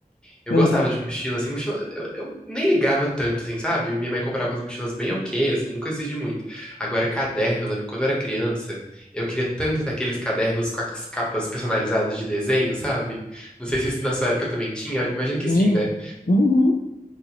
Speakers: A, in the centre; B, on the left.
A: Eu
B: Aham.
A: gostava de mochila, assim, mochila. Eu, eu nem ligava tanto, assim, sabe? Minha mãe comprava as mochilas bem ok, assim, nunca exigi muito. Agora, caderno, eu lembro que quando eu era criança, eu queria tanto ter aqueles cadernos com as capas personalizadas de desenho, sabe? Não sei se isso na sua época também tinha, imagino que
B: Minha.
A: sim, né?
B: Uhum.